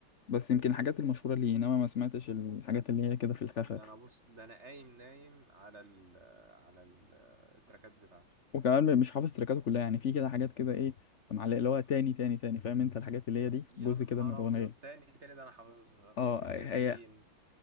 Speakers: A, on the left (about 55°); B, on the right (about 30°).
A: بس يمكن الحاجات المشهوره ليه انما ما سمعتش الحاجات اللي هي كده في الخفا
B: ده انا بص ده انا قايم نايم على ال على ال- التراكات بتاعته
A: وكمان مش حافظ تريكاته كلها يعني في كده حاجات كده ايه معلقه اللي
B: يا
A: هو
B: نهار
A: تاني
B: اسود
A: تاني تاني فاهم انت الحاجات اللي هي دي
B: يا
A: جزء
B: نهار
A: كده من الاغنيه
B: ابيض تاني تاني ده انا حافظها
A: اه
B: وبتدين
A: هي